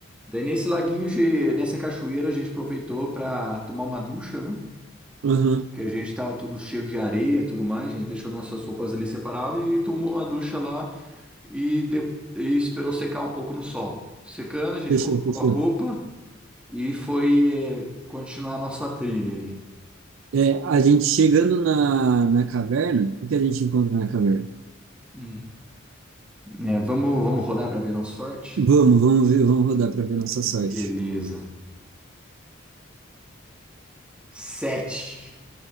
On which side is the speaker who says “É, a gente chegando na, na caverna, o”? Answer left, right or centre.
Right